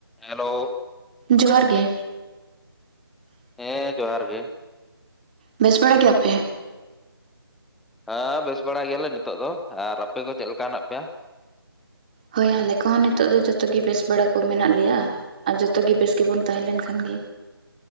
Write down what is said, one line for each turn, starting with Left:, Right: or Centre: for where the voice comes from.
Centre: Hello
Right: ᱡᱚᱦᱟᱨ ᱜᱮ
Centre: ᱦᱮᱸ ᱡᱚᱦᱟᱨ ᱜᱮ
Right: ᱵᱮᱥ ᱵᱟᱲᱟ ᱜᱮᱭᱟᱯᱮ
Centre: ᱦᱮᱸ ᱵᱮᱥ ᱵᱟᱲᱟ ᱜᱮᱭᱟᱞᱮ ᱱᱤᱛᱚᱜ ᱫᱚ ᱟᱨ ᱟᱯᱮ ᱠᱚ ᱪᱮᱫ ᱞᱮᱠᱟ ᱦᱮᱱᱟᱜ ᱯᱮᱭᱟ
Right: ᱦᱳᱭ ᱟᱞᱮ ᱠᱚᱦᱚᱸ ᱱᱤᱛᱚᱜ ᱫᱚ ᱡᱚᱛᱚ ᱜᱮ ᱵᱮᱥ ᱵᱟᱲᱟ ᱠᱚ ᱢᱮᱱᱟᱜ ᱞᱮᱭᱟ ᱟᱨ ᱡᱚᱛᱚᱜᱮ ᱵᱮᱥ ᱜᱮᱵᱚᱱ ᱛᱟᱦᱮᱸᱞᱮᱱᱠᱷᱟᱱ ᱜᱮ